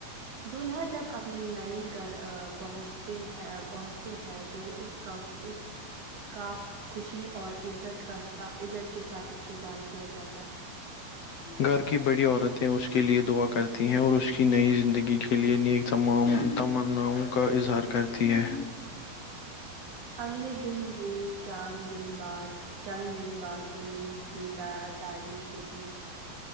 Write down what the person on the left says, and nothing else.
گھر کی بڑی عورتیں اس کے لئے دعا کرتی ہیں اور اس کی نئی زندگی کے لئے نیک تمام تمناؤں کا اظہار کرتی ہے